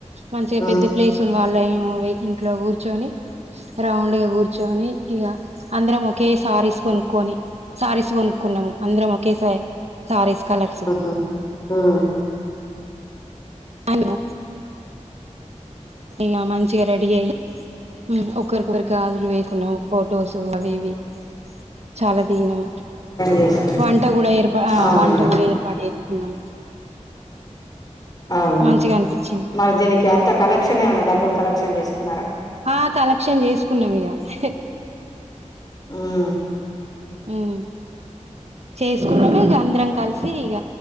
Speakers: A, on the right (about 60°); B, on the left (about 30°).
A: మంచిగా
B: సెండ్
A: పెద్ద ప్లేస్ ఉన్న వాళ్ళ మేము ఇంట్లో కూర్చొని రౌండ్ గా కూర్చోని ఇగ అందరం ఒకే శారీస్ కొను కొని సారీస్ కొనుకున్నాము అందరం ఒకేసారి సారీస్ కలర్స్
B: ఊహూ హ్మ్
A: అను <unintelligible> చిగా రెడీ అయి ఉమ్ ఒక్కరికొకరు గాజులు వే కొను ఫొటోస్ అవి ఇవి చాలా దిగినం
B: చేసి
A: వంట కూడ ఏర్పా
B: అవునా
A: వంట కూడా ఏర్పాటు చేసుకున్నాం
B: అవునా
A: మంచిగా అనిపించింది
B: మరి దీనికి ఎంత కలెక్షన్ ఏమైనా డబ్బులు కలెక్షన్ చేసుకున్నారా
A: ఆ కలెక్షన్ చేసుకున్నాం <unintelligible>
B: హూ మ్
A: ఉమ్ చేసుకున్నాము ఇగ అన్ దరం కలిసి ఇగ